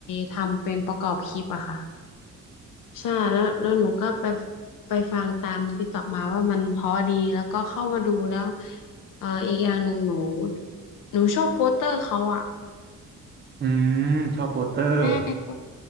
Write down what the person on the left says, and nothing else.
ทำเป็นประกอบคลิปอะค่ะใช่แล้วแล้วหนูก็ไปไปฟังตามในติ๊กต็อกมาว่ามันเพราะดีแล้วก็เข้ามาดูแล้วเอออีกอย่างหนึ่งหนูหนูชอบโปสเตอร์เขาอะ
ใช่โปส